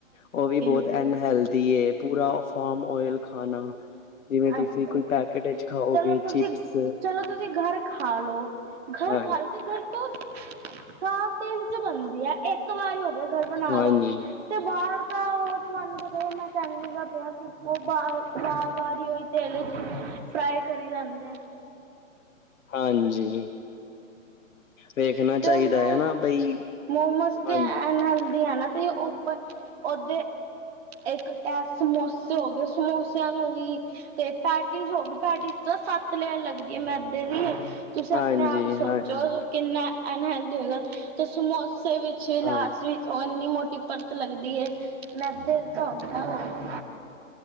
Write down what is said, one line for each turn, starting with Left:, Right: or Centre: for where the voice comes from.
Left: ਓ ਵੀ ਬੋਤ
Right: ਹਾਂਜੀ।
Left: ਐਨਹੇਲਥ ਥੀਏ। ਪੂਰਾ ਫਾਰਮ ਓਇਲ ਖਾਣਾ। ਜਿਵੇਂ ਤੁਸੀਂ
Right: ਆਏ ਹਾਏ।
Left: ਕੋਈ ਪੈਕੇਟ ਵਿੱਚ ਖਾਓਗੇ
Right: ਚਲੋ ਤੁਸੀਂ
Left: ਚਿਪਸ
Right: ਚਲੋ ਤੁਸੀਂ ਘਰ ਖਾ ਲੋ। ਘਰ
Left: ਹਾਂ
Right: ਖਾ ਲੋ, ਤੇ ਘਰ ਤੋਂ ਸਾਫ਼ ਤੇਲ' ਚ ਬਣਦੀ ਐ। ਇੱਕ ਵਾਰੀ ਹੋ ਗਿਆ- ਘਰ ਬਨਾ
Left: ਹਾਂਜੀ
Right: ਲੋ। ਤੇ ਬਾਰ ਦਾ ਤੁਆਨੂੰ ਪਤਾ ਏ ਮੈਂ ਕੈਂਦੀ ਤੇ ਪ‌ਈ ਆ ਕੀ ਓ ਬਾਰ ਵਾਰ ਵਾਰ ਈ ਓਈ ਤੇਲ 'ਚ ਫਰਾਈ ਕਰੀ ਜਾਂਦੇ।
Left: ਹਾਂਜੀ ਵੇਖਣਾ ਚਾਹੀਦਾ
Right: ਤੇ ਐ ਮੋਮ
Left: ਹੈ ਨਾ ਬਈ
Right: ਮੋਮੋਸ
Left: ਹਾਂਜੀ
Right: ਤੇ ਐਨ ਹੈਲਦੀ ਏਨਾ ਤੇ ਓ- ਪਰ ਓਦੇ ਇੱਕ ਐ ਸਮੋਸੇ ਹੋ ਗਏ ਸਮੋਸਿਆਂ ਨੂੰ ਵੀ- ਤੇ ਪੈਟਿਸ ਹੋ ਗਈ। ਪੈਟਿਸ ਤਾਂ ਸੱਤ ਲੇਅਰ ਲੱਗਦੀ ਐ ਮੈਦੇ ਦੀ। ਤੁਸੀਂ ਆਪਣੇ
Left: ਹਾਂਜੀ
Right: ਆਪ ਈ ਸੋਚੋ।
Left: ਹਾਂਜੀ
Right: ਕਿੰਨਾ ਅਨਹੈਲਦੀ ਹੋਏਗਾ ਤੇ ਸਮੋਸੇ ਵਿੱਚ
Left: ਹਾਂ
Right: ਲਾਸਟ ਵਿੱਚ- ਓ ਓਨੀ ਮੋਟੀ ਪਰਤ ਲੱਗਦੀ ਐ। ਮੈਂਦਾ ਦਾ‌ ਤੇ ਹੁੰਦਾ ੳ।